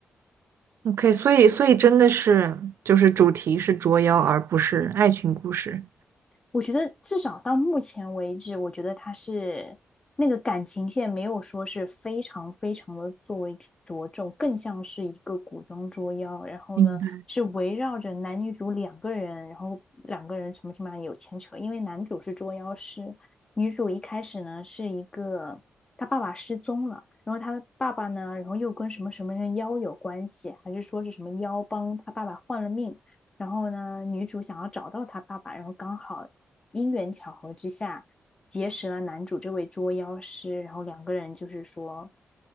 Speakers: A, on the right; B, on the left.
A: ？OK，所以所以真的是就是主题是捉妖，而不是爱情故事。
B: 我觉得至少到目前为止，我觉得他是那个感情线没有说是非常非常的作为着重，更像是一个古装捉妖。然后呢，
A: 明白。
B: 是围绕着男女主两个人，然后两个人什么什么有牵扯。因为男主是捉妖师，女主一开始呢是一个她爸爸失踪了，然后她的爸爸呢，然后又跟什么什么人妖有关系，还是说是什么妖帮她爸爸换了命。然后呢，女主想要找到她爸爸，然后刚好因缘巧合之下结识了男主这位捉妖师，然后两个人就是说，